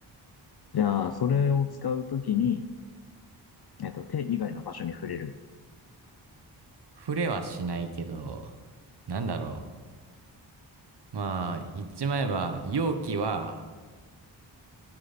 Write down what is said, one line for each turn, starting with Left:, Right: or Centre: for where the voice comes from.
Left: じゃあ、それを使うときに、えっと、手以外の場所に触れる。
Right: 触れはしないけど、なんだろう。まあ、言っちまえば、容器は、